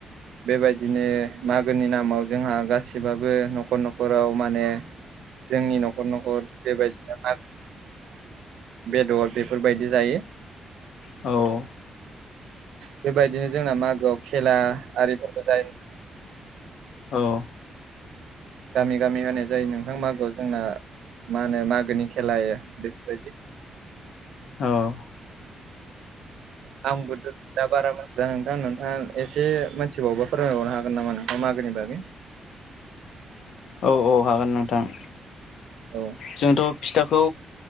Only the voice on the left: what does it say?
औ।
औ
औ
<inaudible> औ हागोन नोंथां
जोंथ' फिथाखौ